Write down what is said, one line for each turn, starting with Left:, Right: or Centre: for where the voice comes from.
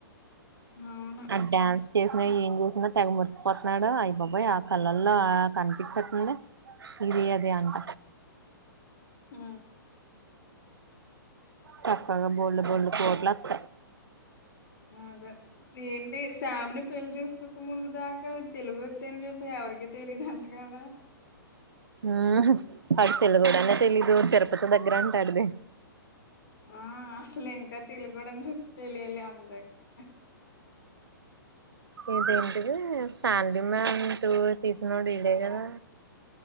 Left: అవును.
Right: ఆ డ్యాన్స్ చేసినా ఏం చేసినా తెగ మురు పోతున్నాడు అయి బాబాయ్ ఆ కళ్ళల్లో అ కనిపించట్ల ఇది అది అంట
Left: ఊ
Right: చక్కగా బొల్ బొల్ కొట్లత్త
Left: అదే ఏంటి శ్యామిని పెళ్లి చేసు కొక ముందు దాకా తెలుగు వచ్చాని చెప్పి ఎవరికీ తెలీదు అంట కదా
Right: ఉ వాడు తెలుగోడనే తెలీదు తిరుపతి దగ్గర అంటాడట ఆడిది
Left: ఆ అసలు ఇంకా తెలు కూడాని చెప్ప తెలియాలి అందరికి
Right: ఊ ఏంటెంటిది ఫ్యామిలీ మ్యాన్ టూ తీసినడు ఇలే కదా